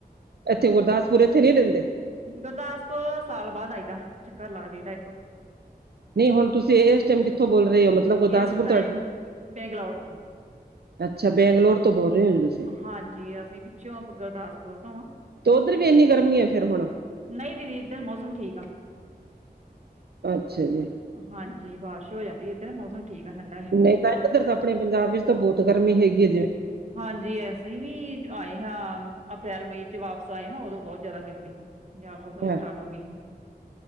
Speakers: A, on the right; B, on the right.
A: ਇੱਥੇ ਗੁਰਦਾਸਪੁਰ ਇੱਥੇ ਨੀ ਰਹਿੰਦੇ
B: ਗੁਰਦਾਸਪੁਰ ਸਾਲ ਬਾਅਦ ਆਈ ਦਾ ਚੱਕਰ ਲਾ ਜਾਈਦਾ ਇੱਕ।
A: ਨਹੀਂ ਹੁਣ ਤੁਸੀਂ ਇਸ ਟਾਈਮ ਕਿੱਥੋਂ ਬੋਲ ਰਹੇ ਹੋ ਮਤਲਬ ਗੁਰਦਾਸਪੁਰ
B: ਇਸ ਟਾਈਮ
A: ਤੁਹਾਡੇ
B: ਬੈਂਗਲੌਰ ਤੋਂ
A: ਅੱਛਾ ਬੈਂਗਲੋਰ ਤੋਂ ਬੋਲ ਰਹੇ ਹੋ। ਤੁਸੀਂ
B: ਹਾਂਜੀ ਅਸੀਂ ਪਿੱਛੋਂ ਗੁਰਦਾਸਪੁਰ ਤੋਂ ਆ
A: ਤੇ ਉੱਧਰ ਵੀ ਇੰਨੀ ਗਰਮੀ ਹੈ ਫਿਰ ਹੁਣ
B: ਨਹੀਂ ਦੀਦੀ ਇੱਧਰ ਮੌਸਮ ਠੀਕ ਆ।
A: ਅੱਛਾ ਜੀ।
B: ਹਾਂਜੀ ਬਾਰਿਸ਼ ਹੋ ਜਾਂਦੀ ਇੱਧਰ ਮੌਸਮ ਠੀਕ ਹੈ ਠੰਡਾ
A: ਨਹੀਂ ਤਾਂ ਇੱਧਰ ਤਾਂ ਆਪਣੇ ਪੰਜਾਬ ਵਿੱਚ ਤਾਂ ਬਹੁਤ ਗਰਮੀ ਹੈਗੀ ਹੈ ਜਿਵੇਂ
B: ਹਾਂਜੀ ਅਸੀਂ ਵੀ ਆਏ ਹਾਂ ਅਪ੍ਰੈਲ ਮਈ ਚ ਵਾਪਸ ਆਏ ਹਾਂ ਉਦੋਂ ਬਹੁਤ ਜ਼ਿਆਦਾ ਗਰਮੀ ਸੀ। ਪੰਜਾਬ ਉਦੋਂ ਵੀ ਸਟਾਰਟ
A: ਹੈ
B: ਹੋ ਗਈ ਸੀ।